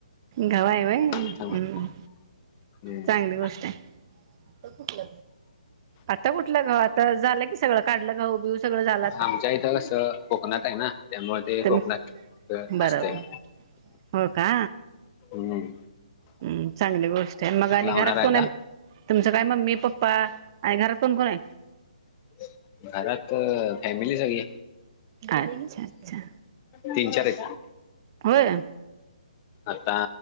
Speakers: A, on the right; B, on the left.
A: गहू हाय ह,
B: त्यामुळं हम्म
A: चांगली गोष्टाय. कुठल आता कुठलं घाव, आता झालं कि सगळं काढलं घवू बिऊ सगळं झालं आता.
B: आमच्या इथं कसं कोकणात आहे ना त्यामुळे ते
A: तर म
B: कोकणात
A: बरोबर.
B: असतंय
A: हो का.
B: हम्म
A: हम चांगली गोष्टय. मग आणि
B: लावणार
A: घरात
B: आहे
A: कोणय?
B: का
A: तुमचं काय मम्मी-पप् ्पा घरात कोण कोणय?
B: <unintelligible> घरात अ फॅमिली सगळी.
A: आणि छान छान.
B: तीन चार <inaudible>
A: होय.
B: आता,